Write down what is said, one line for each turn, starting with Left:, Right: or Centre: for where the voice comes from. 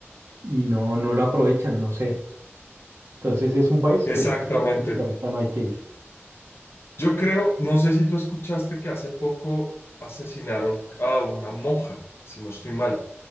Right: y no, no lo aprovechan, no sé. Entonces es un país,
Left: Exactamente.
Right: pues el planeta no hay que ir.
Left: Yo creo, no sé si tú escuchaste que hace poco asesinaron a una monja, si no estoy mal.